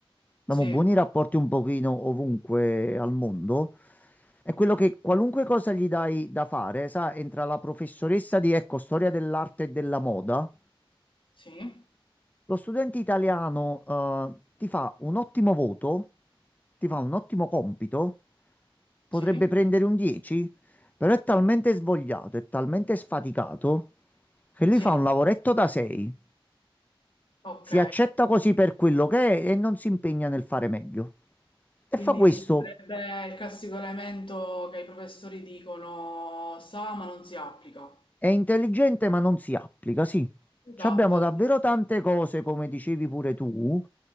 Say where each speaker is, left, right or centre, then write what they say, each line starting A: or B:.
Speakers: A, on the left; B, on the left.
A: Abbiamo
B: sì,
A: buoni rapporti un pochino ovunque al mondo. È quello che qualunque cosa gli dai da fare, sa, entra la professoressa di, ecco, storia dell'arte e della moda.
B: sì,
A: Lo studente italiano, eh, ti fa un ottimo voto, ti fa un ottimo compito, potrebbe
B: sì,
A: prendere un 10, però è talmente svogliato, è talmente sfaticato che lui
B: sì.
A: fa un lavoretto da 6,
B: Ok.
A: si accetta così per quello che è e non si impegna nel fare meglio. E
B: Quindi
A: fa questo
B: dici, sarebbe il classico elemento che i professori dicono sa ma non si applica.
A: È intelligente ma non si applica, sì.
B: Esatto,
A: Ci Abbiamo
B: esatto.
A: davvero tante cose, come dicevi pure tu,